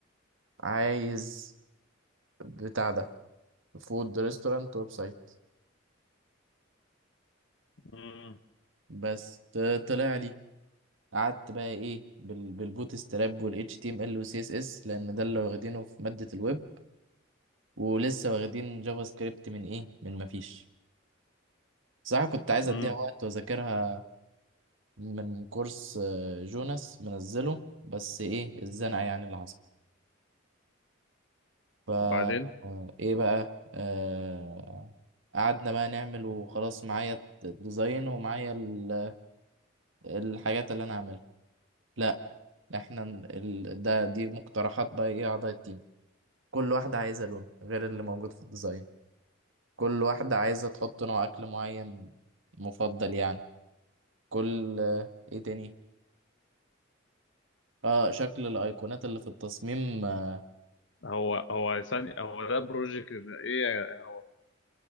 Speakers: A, on the right (about 70°); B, on the left (about 65°).
A: عايز بتاع ده فود ريستورانت ويب سايت
B: مم.
A: بس ط- طلع لي قعدت بقى ايه بال- بالبوت ستراب والاتش تي ام ال والسي اس اس لان ده اللي واخدينه في ماده الويب ولسه واخدين جافا سكريبت من ايه من ما فيش صراحه كنت عايز
B: مم.
A: اديها وقت واذاكرها من كورس آه، جوناس منزله بس ايه الزنقه يعني اللي حصلت فا
B: وبعدين
A: آه، ايه بقى آه قعدنا بقى نعمل وخلاص معايا الديزاين ومعايا ال- الحاجات اللي انا هعملها لا احنا ال... ده دي مقترحات بقى ايه اعضاء التيم كل واحدة عايزة لون غير اللي موجود في الديزاين كل واحدة عايزة تحط نوع أكل معين مفضل يعني كل إيه تاني آه شكل الأيقونات اللي في التصميم آه،
B: هو هو ثاني هو ده بروجكت إيه هو